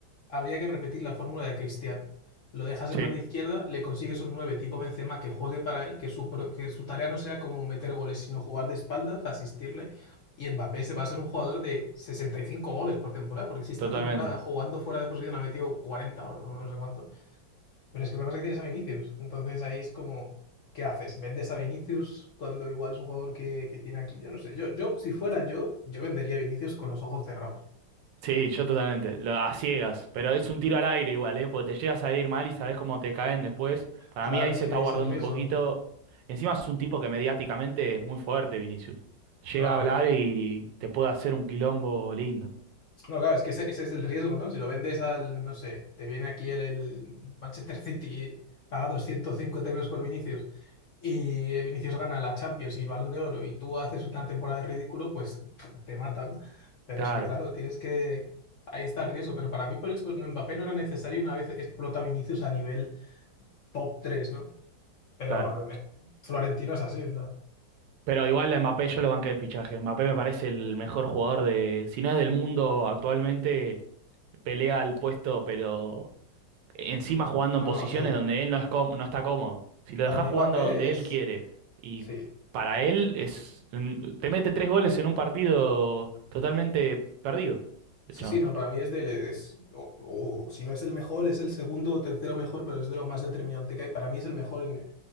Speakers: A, on the left (about 60°); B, on the right (about 80°).
A: Habría que repetir la fórmula de Cristiano. Lo dejas en
B: sí,
A: banda izquierda, le consigues un 9 tipo Benzema que juegue para él, que su, pro- que su tarea no sea como meter goles, sino jugar de espaldas, asistirle y Mbappé se va a ser un jugador de 65 goles por temporada, porque si esta
B: totalmente.
A: temporada jugando fuera de posición ha metido 40 o no sé cuántos. Pero es que lo que pasa es que tienes a Vinicius. Entonces ahí es como, ¿qué haces? ¿Vendes a Vinicius cuando igual es un jugador que, que tiene aquí? Yo no sé. Yo, yo, si fuera yo, yo vendería a Vinicius con los ojos cerrados.
B: Sí, yo totalmente. Lo, a ciegas, pero es un tiro al aire igual, ¿eh? Porque te llegas a ir mal y sabes cómo te caen después. Para
A: Claro,
B: mí ahí
A: es
B: se
A: que
B: está guardando
A: es el riesgo.
B: un poquito. Encima es un tipo que mediáticamente es muy fuerte, Vinicius. Llega
A: Claro.
B: a hablar y te puede hacer un quilombo lindo.
A: No, claro, es que ese, ese es el riesgo, ¿no? Si lo vendes al, no sé, te viene aquí el, el Manchester City, paga 250 euros por Vinicius y eh, Vinicius gana la Champions y el Balón de Oro y tú haces una temporada de ridículo, pues <laughs> te matan. Pero
B: Claro,
A: es que, claro, tienes que... Ahí está el riesgo, pero para mí por eso Mbappé no era necesario una vez explota Vinicius a nivel top tres ¿no? Pero
B: claro.
A: a ver, me- Florentino es así. o sea,
B: Pero igual a Mbappé yo lo banqué el fichaje. Mbappé me parece el mejor jugador de, si no es del mundo actualmente, pelea al puesto, pero encima jugando
A: No,
B: en posiciones
A: no, sí.
B: donde él no es cóm- no está cómodo. Si lo
A: Para
B: dejás
A: mí
B: jugando
A: Mbappé
B: donde
A: es...
B: él quiere y
A: Sí,
B: para él es mm, te mete tres goles en un partido totalmente perdido,
A: sí,
B: el chabón.
A: sí, no, para mí es del... Es... o- o si no es el mejor, es el segundo o tercero mejor, pero es de lo más determinante que hay. Para mí es el mejor en,